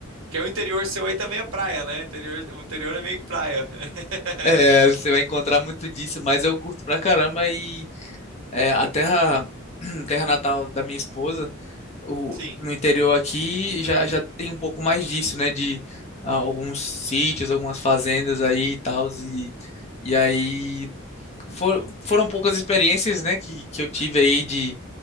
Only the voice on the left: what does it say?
É, você vai encontrar muito disso, mas eu curto pra caramba e é, a terra, <clears throat> terra natal da minha esposa, o,
no interior aqui, já, já tem um pouco mais disso, né, de ah, alguns sítios, algumas fazendas aí e tal, e, e aí for, foram poucas experiências, né, que, que eu tive aí de,